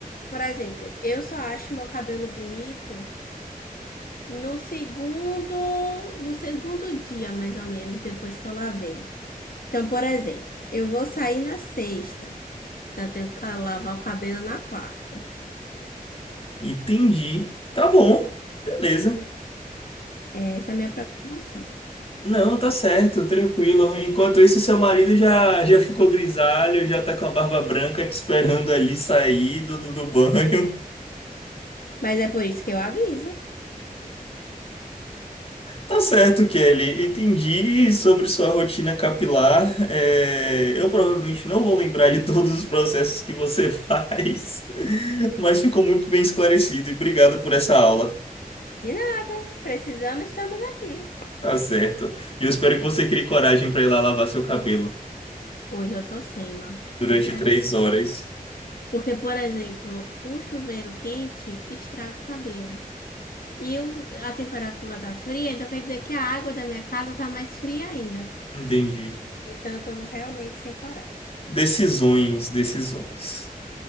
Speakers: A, on the left; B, on the left.
A: por exemplo, eu só acho meu cabelo bonito no segundo, no segundo dia, mais ou menos, depois que eu lavei. Então, por exemplo, eu vou sair na sexta. Então, eu tenho que ca- lavar o cabelo na quarta.
B: Entendi. Tá bom, beleza.
A: Essa é a minha preocupação.
B: Não, tá certo, tranquilo. Enquanto isso, seu marido já, já ficou grisalho, já tá com a barba branca te esperando ali sair do, do do banho.
A: Mas é por isso que eu aviso.
B: Tá certo, Kelly. Entendi sobre sua rotina capilar. É, eu provavelmente não vou lembrar de todos os processos que você <laughs> faz, mas ficou muito bem esclarecido e obrigado por essa aula.
A: E não, precisando, estamos aqui.
B: Tá certo. E eu espero que você crie coragem para ir lá lavar seu cabelo
A: Hoje eu tô sem, Marco, sinceramente.
B: durante três horas.
A: Porque, por exemplo, o chuveiro quente estraga o cabelo. E o- a temperatura tá fria, então quer dizer que a água da minha casa tá mais fria ainda.
B: Entendi.
A: Então, eu tô realmente sem coragem.
B: Decisões, decisões.